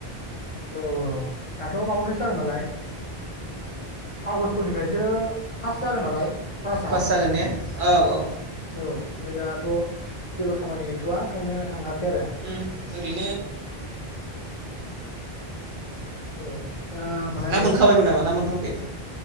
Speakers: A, on the left; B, on the right.
A: औ औ दाथ' माबानिफ्रायसो जागोन नालाय आगस्ट'निफ्रायसो फास जागोन नालाय। क्लासआ
B: क्लास जागोन ने औ औ।
A: औ ओमफ्राय दाथ' जेबो खामानि गैथ'वा ओंखायनो थाङा खै आरो
B: उम ओरैनो
A: औ औ दा ओमफ्राय
B: ना मोनखाबायबो नामा ना मोनथ'वाखै?